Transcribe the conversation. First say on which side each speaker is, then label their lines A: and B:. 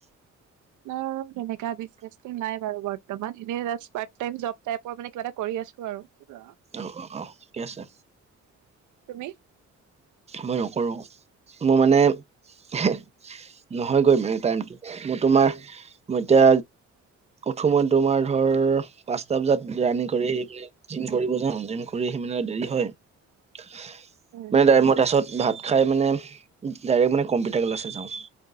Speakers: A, on the right; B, on the right.
A: ন' তেনেকা বিজনেছটো নাই বাৰু বৰ্তমান এনে জাষ্ট পাৰ্টটাইম জব টাইপৰ মানে কিবা এটা কৰি আছো আৰু। <unintelligible>
B: অ', অ', অ', ঠিকে আছে।
A: তুমি?
B: মই নকৰোঁ মোৰ মানে <unintelligible> নহয় গৈ মানে টাইমটো মই তোমাৰ মই এতিয়া উঠো মই তোমাৰ ধৰ পাঁচটা বজাত ৰানিং কৰি আহি পেলাই জিম কৰিব যাও জিম কৰি আহি মানে দেৰি হয়
A: উম
B: মানে টাইম তাছত ভাত খাই মানে ডাইৰেক্ট মানে কম্পিউটাৰ ক্লাছে যাওঁ।